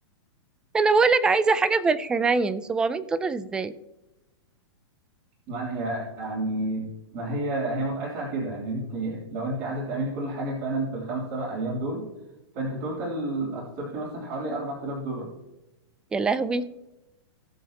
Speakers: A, in the centre; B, on the right.
A: انا بقولك عايزه حاجه في الحنين 700 دولار ازاي
B: يعني يعني ما هي هي متقاسه على كده ان انت لو انت عايزه تعملي كل حاجه فعلا في الخمس سبع ايام دول فانت توتال هتصرفي مثلا حوالي 4000 دولار
A: يا لهوي